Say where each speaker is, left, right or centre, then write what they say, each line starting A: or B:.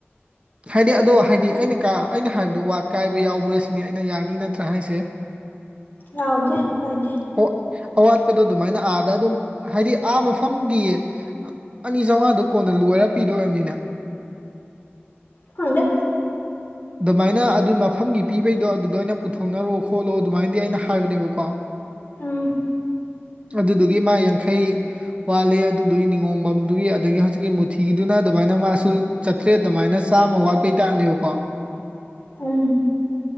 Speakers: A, on the right (about 25°); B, on the left (about 50°).
A: ꯍꯥꯏꯗꯤ ꯑꯗꯣ ꯍꯥꯏꯗꯤ ꯑꯩꯅ ꯀ ꯑꯩꯅ ꯍꯥꯏꯕꯗꯣ ꯋꯥ ꯀꯥꯏꯕ ꯌꯥꯎꯕ꯭ꯔ ꯁꯤꯅꯦ ꯑꯩꯅ ꯌꯥꯅꯤ ꯅꯠꯇ꯭ꯔꯥ ꯍꯥꯏꯁꯦ
B: ꯍꯥꯎꯗꯦ ꯍꯥꯏꯗꯦ
A: ꯑꯣ ꯑꯋꯥꯠꯄꯗꯣ ꯑꯗꯨꯃꯥꯏꯅ ꯑꯥꯗ ꯑꯗꯨꯝ ꯍꯥꯏꯗꯤ ꯑꯥ ꯃꯐꯝꯒꯤ ꯑꯅꯤ ꯆꯥꯝꯃꯉꯥꯗꯨ ꯀꯣꯟꯅ ꯂꯣꯏꯔ ꯄꯤꯗꯣꯏꯕꯅꯤꯅ
B: ꯈꯪꯗꯦ
A: ꯑꯗꯨꯃꯥꯏꯅ ꯑꯗꯨ ꯃꯐꯝꯒꯤ ꯄꯤꯕꯩꯗꯣ ꯑꯗꯨꯗ ꯑꯩꯅ ꯄꯨꯊꯣꯛꯅꯔꯣ ꯈꯣꯠꯂꯣ ꯑꯗꯨꯃꯥꯏꯅꯗꯤ ꯑꯩꯅ ꯍꯥꯏꯕꯅꯦꯕꯀꯣ
B: ꯎꯝ
A: ꯑꯗꯨꯗꯨꯒꯤ ꯃꯥ ꯌꯥꯡꯈꯩ ꯋꯥꯠꯂꯤ ꯑꯗꯨꯗꯨꯒꯤ ꯅꯤꯉꯣꯝꯕꯝꯗꯨꯒꯤ ꯑꯗꯒꯤ ꯍꯧꯖꯤꯛꯀꯤ ꯃꯨꯊꯤꯒꯤꯗꯨꯅ ꯑꯗꯨꯃꯥꯏꯅ ꯃꯥꯁꯨ꯫ ꯆꯥꯇ꯭ꯔꯦ ꯑꯗꯨꯃꯥꯏꯅ ꯆꯥꯝꯃ ꯋꯥꯠꯄꯩ ꯇꯥꯛꯞꯅꯦꯕꯀꯣ꯫
B: ꯎꯟ꯫